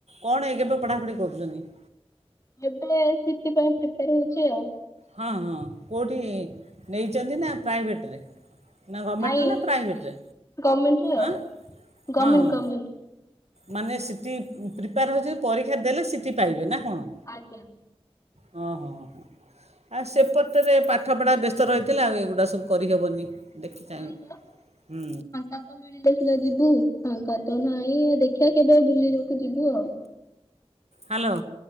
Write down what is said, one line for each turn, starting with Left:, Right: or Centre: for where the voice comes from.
Right: କଣ ଏ ଗେ ପେ ପଢ଼ାପଢି କରୁଚନ୍ତି?
Left: ଏବେ ସିଟି ପାଇଁ ପ୍ରିପ୍ୟାର ହଉଚି ଆଉ।
Right: ହଁ ହଁ କୋଉଠି ନେଇଛନ୍ତି ନା ପ୍ରାଇଭେଟ୍ରରେ। ନା ଗଭର୍ଣମେଣ୍ଟରେ
Left: ନାଇଁ
Right: ନା ପ୍ରାଇଭେଟ୍ରରେ
Left: ଗମେଣ୍ଟରେ ଆଉ।
Right: ଆଁ
Left: ଗମେଣ୍ଟ
Right: ହଁ ହଁ।
Left: ଗମେଣ୍ଟ।
Right: ମାନେ ସିଟି ପ୍ରିପାର ହଉଛନ୍ତି ପରୀକ୍ଷା ଦେଲେ ସିଟି ପାଇବେ ନା କଣ??
Left: ଆଜ୍ଞା।
Right: ହଁ ହଁ ହଁ ହଁ। ଆ ସେପଟରେ ପାଠପଢ଼ା ବ୍ୟସ୍ତ ରହିଥିଲା ଆଉ ଏଗୁଡ଼ା ସବୁ କରିହେବନି। ଦେଖି ଚାହିଁବେ
Left: ନାଇଁ
Right: ହୁଁ
Left: ବା ମିଳିଲେ ସିନା ଯିବୁ, ଫାଙ୍କା ତ ନାଇଁ ଦେଖିବା କେବେ ବୁଲିିବାକୁ ଯିବୁ ଆଉ।
Right: ହାଲୋ